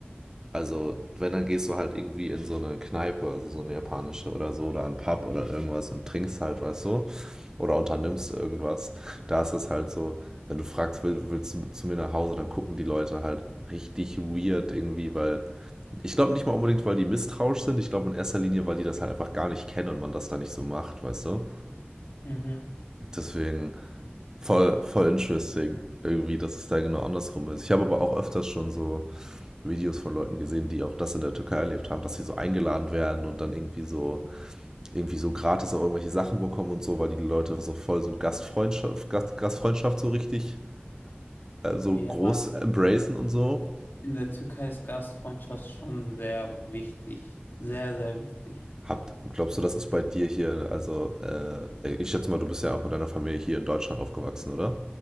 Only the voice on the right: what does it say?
Also wenn, dann gehst du halt irgendwie in so eine Kneipe, also so eine japanische oder so, oder einen Pub oder irgendwas und trinkst halt, weißt du? Oder unternimmst irgendwas. Da ist es halt so, wenn du fragst, will, willst du zu mir nach Hause, dann gucken die Leute halt richtig weird irgendwie, weil ich glaube nicht mal unbedingt, weil die misstrauisch sind. Ich glaube in erster Linie, weil die das halt einfach gar nicht kennen und man das da nicht so macht, weißt du?
Deswegen voll, voll interesting irgendwie, dass es da genau andersrum ist. Ich habe aber auch öfters schon so Videos von Leuten gesehen, die auch das in der Türkei erlebt haben, dass sie so eingeladen werden und dann irgendwie so, irgendwie so gratis auch irgendwelche Sachen bekommen und so, weil die Leute so voll so Gastfreundschaft, Gast, Gastfreundschaft so richtig äh, so
groß embracen und so.
Habt glaubst du, das ist bei dir hier, also äh, ich schätze mal, du bist ja auch mit deiner Familie hier in Deutschland aufgewachsen, oder?